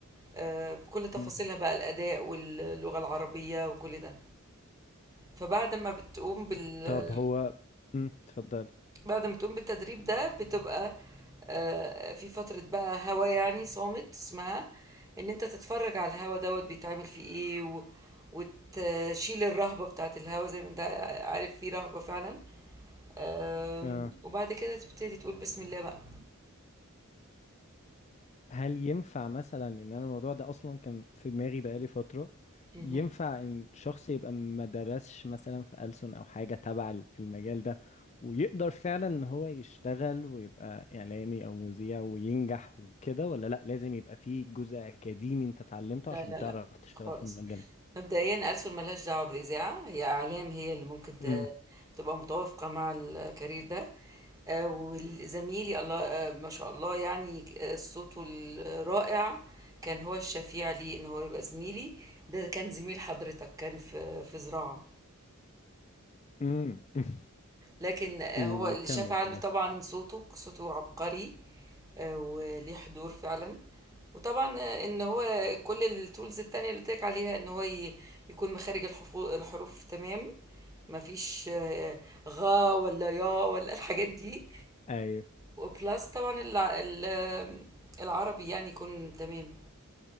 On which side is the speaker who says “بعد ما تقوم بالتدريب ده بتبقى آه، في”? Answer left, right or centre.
Right